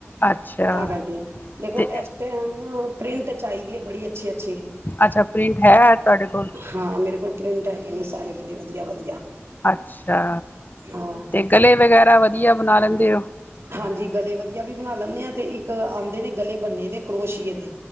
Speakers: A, on the left (about 40°); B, on the right (about 70°).
A: ਅੱਛਾ
B: ਤਾਂ ਕਰਕੇ ਦੇਖੋ
A: ਤੇ
B: ਇਸ ਟਾਈਮ ਪ੍ਰਿੰਟ ਚਾਹੀਦੀ ਹੈ ਬੜੀ ਅੱਛੀ ਅੱਛੀ
A: ਅੱਛਾ ਪ੍ਰਿੰਟ ਹੈ ਤੁਹਾਡੇ ਕੋਲ?
B: ਹਾਂ ਮੇਰੇ ਕੋਲ ਪ੍ਰਿੰਟ ਹੈਗੇ ਨੇ ਸਾਰੇ ਬੜੇ ਵਧੀਆ ਵਧੀਆ
A: ਅੱਛਾ
B: ਹਾਂ
A: ਤੇ ਗਲੇ ਵਗੈਰਾ ਵਧੀਆ ਬਣਾ ਲੈਂਦੇ <unintelligible>
B: ਹਾਂਜੀ ਗਲੇ ਵਧੀਆ ਵੀ ਬਣਾ ਲੈਂਦੇ ਹਾਂ ਤੇ ਇੱਕ ਆਉਂਦੇ ਨੇ ਗਲੇ ਬੰਨੇ ਦੇ ਕਰੋਸ਼ੀਏ ਦੇ